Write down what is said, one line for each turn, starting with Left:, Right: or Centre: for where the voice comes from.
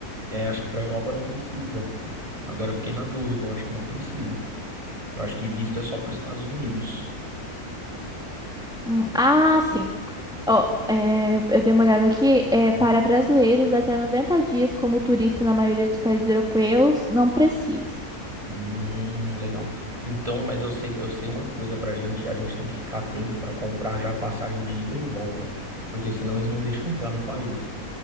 Right: É, acho que pra Europa não precisa. Agora eu fiquei na dúvida, eu acho que não precisa. Eu acho que visto é só para os Estados Unidos.
Centre: Hum, ah, sim. Ó, é, eu dei uma olhada aqui. É,
Right: Hum.
Centre: para brasileiros, até 90 dias como turista na maioria dos países europeus, não precisa.
Right: Hum, legal. Então, mas eu sei, eu sei uma coisa pra gente, a gente tem que ficar atento pra comprar já a passagem de ida e volta, porque senão eles não deixam entrar no país.